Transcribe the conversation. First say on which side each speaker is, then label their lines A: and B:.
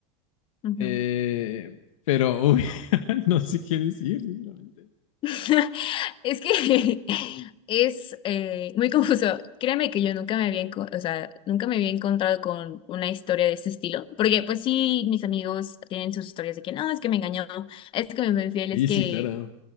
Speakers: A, on the left; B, on the left.
A: ujú.
B: Eh, pero, uy, <laughs> no sé qué decir, sinceramente.
A: <laughs> Es que <laughs> es eh, muy confuso. Créeme que yo nunca me había, enco- o sea, nunca me había encontrado con una historia de este estilo, porque pues sí, mis amigos tienen sus historias de que no, es que me engañó, es que me fue infiel,
B: Sí,
A: es que
B: sí, claro.